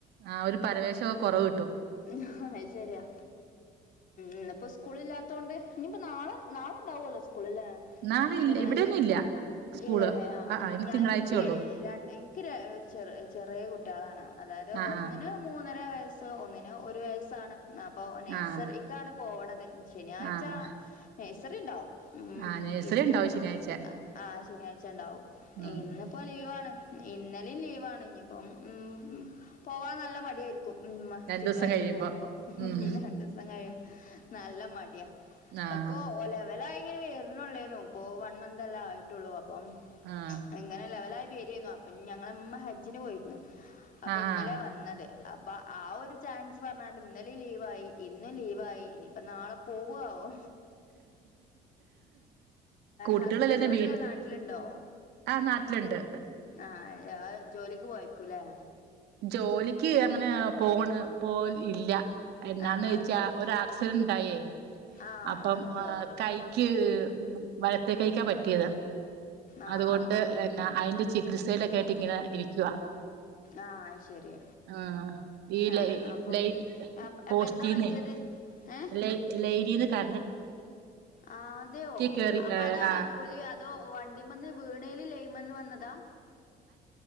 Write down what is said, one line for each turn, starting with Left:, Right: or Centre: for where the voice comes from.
Right: ആ ഒരു പരവേശംൊക്കെ കുറവ് കിട്ടും
Left: അ ശരിയാ ഉംപ്പോ സ്കൂളില്ലാത്ത ത്തോണ്ട് ഇനിയിപ്പോ നാളെ നാളെ ഉണ്ടാവല്ലോ സ്കൂള അല്ലേ
Right: നാളെ
Left: ശനിയാഴ്ച
Right: ഇല്ല ഇവിടെയൊന്നും ഇല്ല സ്കൂള്
Left: ഇല്ലല്ലേ ആ
Right: ആഹ് ആഹ് ഇനി
Left: ഞ
Right: തിങ്കളാഴ്ചയള്ളൂ
Left: എനിക്ക് ര എനിക്ക് ഒരു ചെ ചെറിയ കുട്ടികളാണ് അതായത്
Right: ആഹ്
Left: ഒന്നിന് മൂന്നര വയസ്സ് ഒന്നിന് ഒരു വയസ്സാണ് അപ്പോൾ നഴ്സറിക്കാണ്
Right: ആഹ് ആഹ്
Left: പോവണത് ശനിയാഴ്ച
Right: ആഹ്
Left: നഴ്സറി ഉണ്ടാവും ഉം
Right: ആഹ് നഴ്സറി
Left: ഇന്ന്
Right: ഉണ്ടാവും ശനിയാഴ്ച
Left: ആ ശനിയാഴ്ച ഉണ്ടാവും
Right: ഉം
Left: ഇന്നിപ്പോ ലീവാണ് ഇന്നലെും ലീവാണ് ഇ ഇപ്പം ഉ പോവാൻ നല്ല മടിയായിരിക്കും ഉ
Right: രണ്ടു
Left: തിങ്കളാഴ്ച
Right: ദിവസം കഴിയുമ്പോ
Left: പോകുമ്പോ
Right: ഉം
Left: രണ്ടു ദിവസം കഴിയുമ്പോ നല്ല മഴ
Right: ആഹ്
Left: ഇപ്പൊ ലെവല ഇങ്ങനെ വറനള്ളേന്നോ ഇപ്പൊ വൺ മന്ത് എല്ലാം ആയിട്ടുള്ളൂ അപ്പം
Right: ആഹ്
Left: ഇങ്ങനെ ലെവലായി വരരുന്നു അപ്പൊ ഞങ്ങളമ്മ ഹജ്ജിന് പോയിരുന്നു അപ്പൊ
Right: ആഹ്
Left: ഇന്നലെ
Right: ആഹ്
Left: വന്നത് അപ്പൊ ആ ഒരു ചാൻസ് പറഞ്ഞാണ്ട് ഇന്നലെ ലീവായി ഇന്നും ലീവായി ഇനിയിപ്പോ നാളെ പോകുാവോ
Right: കുട്ടികളെല്ലാരും
Left: ഹസ്ബൻഡ് എവിടെയാ
Right: വീട്ട്
Left: നാട്ടിലുണ്ടോ
Right: ആഹ് നാട്ടിലുണ്ട്
Left: ആഹ ജോലിക്ക് പോയക്കൂലേ
Right: ജോലിക്ക് അങ്ങനെ പോണ് പോ ഇല്ല എന്നാന്ന്
Left: ആഹ്
Right: ചോച്ചാ
Left: അത് ശരി
Right: ഒ ആക്സിഡന്റ്ായേ
Left: ആഹ്
Right: അപ്പം
Left: അതെയോ
Right: കൈക്ക് വലത്തേ കഴിക്കാൻ പറ്റിയത്
Left: ആഹ്
Right: അതുകൊണ്ട്
Left: ആഹ്
Right: അതിന്റെ ച ബ്രിസലൊക്കെ ആയിട്ട് ഇങ്ങനെ ഇരിക്കുവ
Left: ആഹ ശരി
Right: ആഹ ഈ
Left: ആഹ്
Right: ലൈ
Left: അപ്പൊ
Right: ലൈ
Left: അപ്പൊ
Right: പോസ്റ്റന്ന
Left: എന്താ പറ്റിയത് ഏഹ്
Right: ല ലൈഡിന്ന് ക
Left: ആ അതെയോ
Right: കേറി
Left: അപ്പൊ അതാണോ
Right: ആഹ്
Left: ജോലി അതോ വണ്ടി വന്ന് വീണൽ ലയിമെന്ന് വന്നതാ